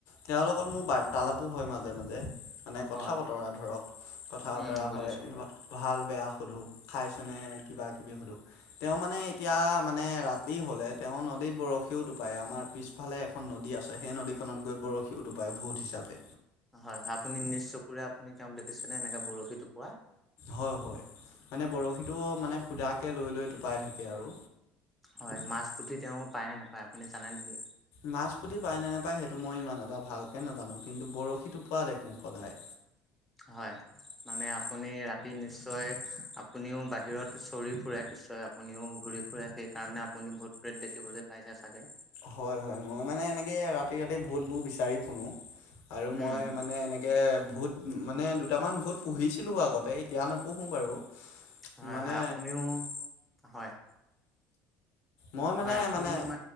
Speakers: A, on the left (about 75°); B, in the centre.
A: তেওঁলোকত মোৰ বাৰ্তালাপো হয় মাজে মাজে মানে কথা
B: হয়
A: বতৰা ধৰক কথা বতৰা
B: উম বুজিছো
A: হয় ভাল বেয়া। সুধো খাইছনে কিবা কিবি সুধো তেওঁ মানে মে এতিয়া মানে ৰাতি হ'লে তেওঁ নদীত বৰশী সিও টোপাই আমাৰ পিছফালে এখন নদী আছে সেই নদীখনত গৈ বৰশী টোপাই ভূত হিচাপে।
B: হয় হয় আপুনি নিজ চকুৰে আপুনি তেওঁক দেখিছেনেে এনেকে বৰশী টোপোৱা।
A: হয় হয় মানে বৰশীটো মানে সুধাকে লৈ লৈ টোপাই থাকে আৰু।
B: হয় মাছ পুতি তেওঁ পায় নে নাপায় আপুনি জানে নেকি।
A: মাছ পুতি পায় নে নাপায় সেইটো মই ইমান এটা ভালকে নাজানো কিন্তু বৰশীটো পোৱা দেখোঁ সদায়।
B: হয় মানে আপুনি ৰাতি নিশ্চয় আপুনিও বাহিৰত চৰি ফুৰে নিশ্চয় আপুনিও ঘূৰি ফুৰে সেইকাৰণে আপুনি ভোত প্ৰেত দেখিবলৈ পাইছে চাগে।
A: হয় হয় <inaudible> এনেকৈ ৰাতি ৰাতি ভোত বোৰ বিচাৰি ফুৰু আৰু
B: উম
A: মই
B: হম
A: মানে এনেকে ভূত মানে দুটামান ভূত পুহিছিলো আগতে এতিয়া নপুহো বাৰু
B: হয়
A: মানে
B: হয় আপুনিও হয়
A: মই মানে
B: হয় আপুনিও
A: মানে